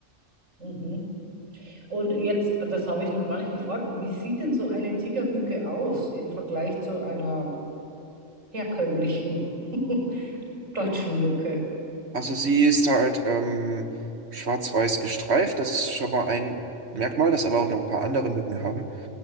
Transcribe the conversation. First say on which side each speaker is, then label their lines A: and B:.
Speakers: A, on the right (about 85°); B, on the right (about 55°).
A: Mhm. Und jetzt, das habe ich noch gar nicht gefragt, wie sieht denn so eine Tigermücke aus im Vergleich zu einer herkömmlichen <laughs> deutschen Mücke?
B: Also sie ist halt ähm, schwarz-weiß gestreift. Das ist schon mal ein Merkmal, das aber auch noch ein paar andere Mücken haben.